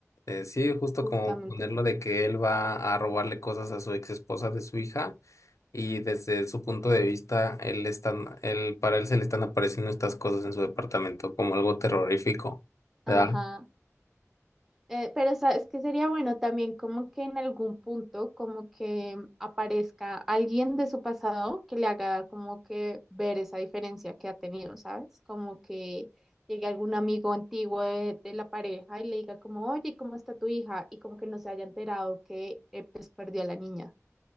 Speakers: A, on the left; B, in the centre.
A: eh, sí, justo
B: justamente.
A: como ponerlo de que él va a robarle cosas a su ex esposa de su hija y desde su punto de vista, él están, él, para él se le están apareciendo estas cosas en su departamento como algo terrorífico, ¿verdad?
B: Ajá. Eh, pero sabes que sería bueno también como que en algún punto como que aparezca alguien de su pasado que le haga como que ver esa diferencia que ha tenido, ¿sabes? Como que llegue algún amigo antiguo de, de la pareja y le diga como, oye, ¿cómo está tu hija? Y como que no se haya enterado que eh, pues perdió a la niña,